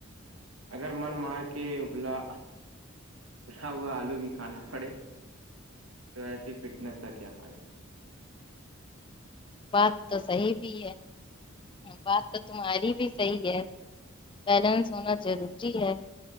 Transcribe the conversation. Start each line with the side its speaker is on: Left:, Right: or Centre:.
Right: اگر من مار کے ابھرا ہوا الو بھی کھانا پڑے تو ایسی فٹنس کا کیا فائدہ
Left: بات تو صحیح بھی ہے بات تو تمہاری بھی صحیح ہے بیلنس ہونا چاہیے